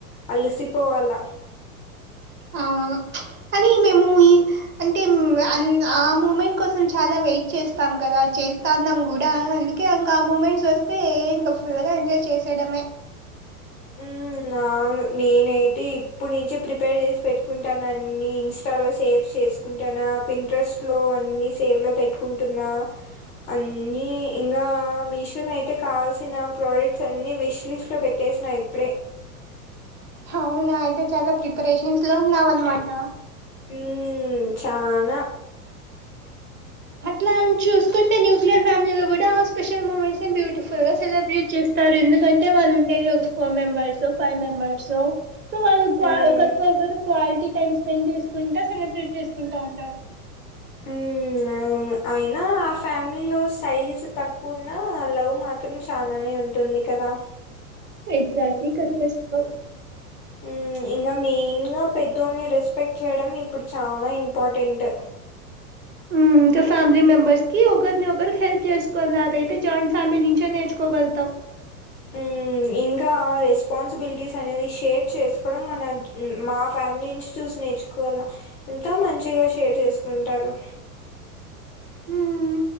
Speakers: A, on the left; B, on the right.
A: అలిసిపోవాల
B: ఆ అవును కానీ మేము ఈ అంటే ఆ మూమెంట్ కోసం చాలా వెయిట్ చేస్తాం కదా చేస్తాన్నాం కూడా అందు కే ఇంకా ఆ మూమెంట్స్ వస్తే ఇంకా ఫుల్ గా ఎంజాయ్ చేసయడమే
A: ఉమ్ ఆ అవును నేనైతే ఇప్పుడు నుంచే ప్రిపేర్ చేసి పెట్టుకుంటానని ఇన్ న్స్టా లో సేవ్ చేసుకుంటానా పిన్టరెస్ట్ లో అన్ని సేవ్ లో పెట్టుకుంటున్నా అన్నీ ఇంకా మీషోలో అయితే కావాల్సిన ప్రోడక్ట్స్ అన్ని విష్ లిస్ట్లో పెట్ట సిన నా ఇప్పుడే
B: అవునా అయితే చాలా ప్రిపరేషన్స్ లో ఉన్నావనమాట
A: ఆ చానా
B: అట్లా అని చూసుకుంటే న్యూక్లియర్ ఫ్యామిలీ లో కూడా ఆ స్పెషల్ మూమెంట్స్ ని బ్యూటిఫుల్గా సెలబ్రేట్ చేస్త తారు ఎందుకంటే వాళ్ళు ఉండేది ఒక ఫోర్ మెంబర్స్ ఓ ఫైవ్ మెంబర్స్ ఓ సో వాళ్ళు
A: హ్మ్.
B: ఒకరికి ఒకరు క్వాలిటీ టైమ్ స్పెండ్ చేసుకుంటా సెలబ్రేట్ చేసుకుంటా ఉంటారు
A: ఆ అవును అయినా ఆ ఫ్యామిలీ లో సైజు తక్కువున్న లవ్ మా త్రం చాలనే ఉంటుంది కదా
B: ఎగ్జాక్లీ కరెక్ట్ గా చెప్పావు
A: ఉమ్ ఇంకా మెయిన్ గా పెద్దోళ్ళని రెస్పెక్ట్ చేయడం ఇప్పుడు చాలా ఇంపార్టెంట్
B: ఆ ఇంకా ఫ్యామిలీ మెంబెర్స్ కి ఒకరిని ఒకరి హెల్ప్ చేసుకోవాలి అదైతే జాయింట్ ఫ్యామిలీ నుంచే నేర్చుకోగలుగుతాం
A: హ్మ్ ఇంకా రెస్పాన్సిబిలిటీస్ అనేది షేర్ చేసుకోవడం మన మా ఫ్యామిలీ నుంచి చూసి నేర్చుకో వాల ఎంత మంచిగా షేర్ చేసుకుంటారు
B: ఉమ్